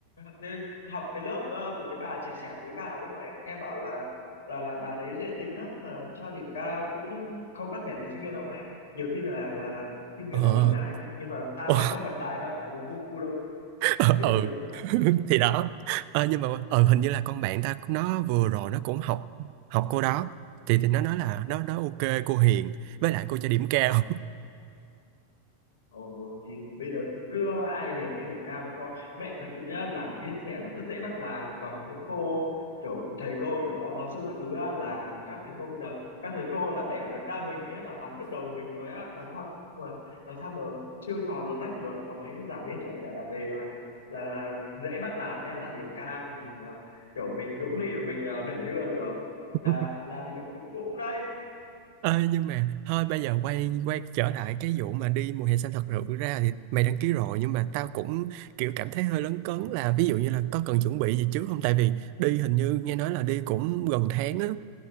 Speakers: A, on the left; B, on the right.
A: nên học cái lớp ờ, của cái bà trẻ trẻ mới vào ấy mà nghe bảo là là là bà đấy dễ tính lắm mà cho điểm cao cũng không bắt bẻ gì sinh viên đâu mày nhiều khi là là là sinh viên
B: ờ
A: còn bật lại cơ nhưng mà tao
B: <laughs>
A: mày không bật lại đâu tại vì ngu đâu
B: <laughs>
A: biết
B: ừ
A: gì đâu bật lại
B: <laughs> thì đó Ờ, nhưng mà ờ, hình như là con bạn ta cũng- nó vừa rồi nó cũng học học cô đó thì thì nó nói là nó nó ok cô hiền với lại cô cho điểm cao
A: ồ thì bây giờ cứ ai hiền mấy điểm cao mà cho mẹ thật sự nhá làm viên trẻ nó rất dễ bắt nạt còn những cô kiểu thầy cô kiểu phó giáo sư các thứ á, là các thầy cô bây giờ các thầy cô là đẻ được ra mình ấy là nắm được đầu mình rồi á làm sao làm sao mà chiêu trò luồn lách được còn mấy giảng viên trẻ trẻ là về là là, là dễ bắt nạt nha là điểm cao mình ờ, kiểu mình nũng nịu mình ờ, đẩy đưa được
B: <laughs>
A: là là điểm cũng cũng đấy
B: Ê, nhưng mà thôi bây giờ quay quay trở lại cái vụ mà đi mùa hè xanh thật sự ra thì mày đăng ký rồi nhưng mà tao cũng kiểu cảm thấy hơi lấn cấn là ví dụ như là có cần chuẩn bị gì trước không tại vì đi hình như nghe nói là đi cũng gần tháng á